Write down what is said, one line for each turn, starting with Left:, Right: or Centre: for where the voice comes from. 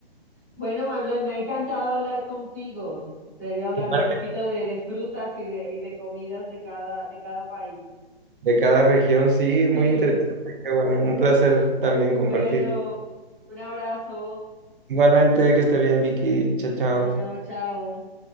Left: Bueno, Manuel, me ha encantado hablar contigo. Sería hablar
Right: Y parte
Left: un poquito de, de frutas y de, y de comidas de cada, de cada país.
Right: De cada región, sí, muy
Left: <laughs> Sí,
Right: interesante, qué bueno, un placer también compartir.
Left: bueno, un abrazo.
Right: Igualmente, que esté bien, Vicky, chao, chao.
Left: Bueno, chao.